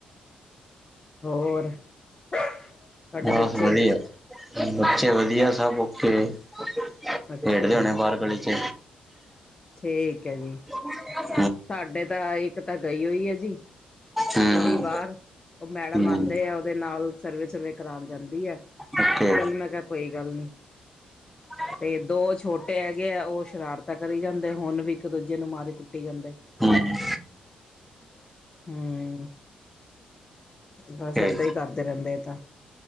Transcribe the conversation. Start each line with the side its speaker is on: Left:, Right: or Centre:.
Left: ਹੋਰ। <unintelligible>
Centre: ਬਸ
Left: ਬੱਚੇ
Centre: ਵਦੀਆ, ਬੱਚੇ ਵਦਿਆ, ਸਭ ਓਕੇੇ। ਖੇੜਦੇ
Left: ਅੱਛਾ ਜੀ
Centre: ਹੋਨੇ ਬਾਹਰ ਗਲੀ ਚ।
Left: ਠੀਕ ਏ ਜੀ।
Centre: <inaudible>
Left: ਸਾਡੇ ਤਾਂ ਆ ਇੱਕ ਤਾਂ ਗਈ ਹੋਈ ਏ ਜੀ।
Centre: ਹੂੰ
Left: ਕੁੜੀ ਬਾਹਰ ਉਹ ਮੈਡਮ
Centre: ਹੂੰ
Left: ਆਉਂਦੇ ਆ ਉਹਦੇ ਨਾਲ ਸਰਵੇ ਸੁਰਵੇ ਕਰਾਣ ਜਾਂਦੀ ਏ।
Centre: ਓਕੇ
Left: ਚੱਲ ਮੈਂ ਕਿਆ ਕੋਈ ਗੱਲ ਨੀ।
Centre: <inaudible>
Left: ਤੇ ਦੋ ਛੋਟੇ ਹੈਗੇ ਆ ਉਹ ਸ਼ਰਾਰਤਾ ਕਰੀ ਜਾਂਦੇ ਹੁਨ ਵੀ ਇੱਕ ਦੂਜੇ ਨੂੰ ਮਾਰੀ ਕੁੱਟੀ ਜਾਂਦੇ।
Centre: ਹੂੰ
Left: ਹਂ। ਬਸ
Centre: ਓਕੇ
Left: ਏਦਾਂ ਈ ਕਰਦੇ ਰਹਿੰਦੇ ਏ ਤਾਂ